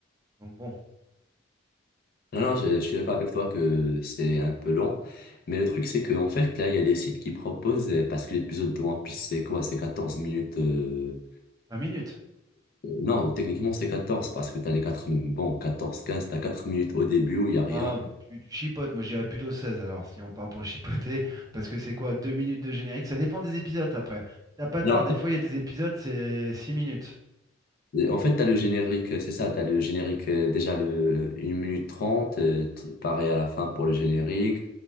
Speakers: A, on the right (about 20°); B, on the left (about 50°).
A: Donc bon,
B: Non, non, je, je suis d'accord avec toi que c'est un peu long. Mais le truc, c'est que en fait, là, il y a des sites qui proposent, euh, parce que l'épisode de One Piece, c'est quoi? C'est 14 minutes. euh,
A: 20 minutes.
B: Non, techniquement, c'est 14 parce que tu as les 4 bon, 14 15 tu as 4 minutes au début où il n'y a rien.
A: Ah, tu, tu chipotes, moi je dirais plutôt seize. alors, si on part pour chipoter, parce que c'est quoi, 2 minutes de générique? Ça dépend des épisodes après. T'as pas tort,
B: Non,
A: des fois il y a des épisodes, c'est 6 minutes.
B: en fait, tu as le générique, c'est ça, tu as le générique euh, déjà le une minute 30 euh, t- pareil à la fin pour le générique,